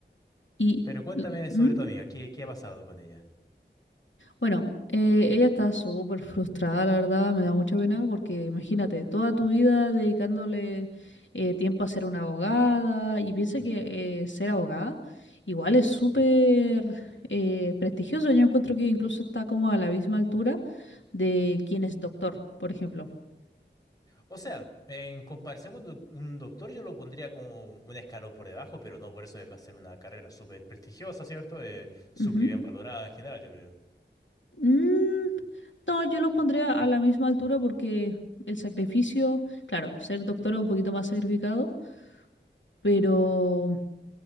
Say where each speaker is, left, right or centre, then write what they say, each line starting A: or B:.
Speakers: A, on the left; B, on the left.
A: Y,
B: Pero cuéntame
A: ¿Mm?
B: sobre tu amiga, ¿qué, qué ha pasado con ella?
A: Bueno, eh, ella está súper frustrada, la verdad, me da mucha pena porque imagínate, toda tu vida dedicándole eh, tiempo a ser una abogada y piensa
B: Ujú.
A: que eh, ser abogada igual es súper eh, prestigioso. Yo encuentro que incluso está como a la misma altura de quien es doctor, por ejemplo.
B: O sea, en comparación con doc- un doctor, yo lo pondría como un escalón por debajo, pero no por eso deja de ser una carrera súper prestigiosa, ¿cierto? Eh, súper
A: Ujú.
B: bien valorada en general, yo creo.
A: Mm, no, yo los pondría a la misma altura porque el sacrificio, claro, ser doctor es un poquito más sacrificado, pero...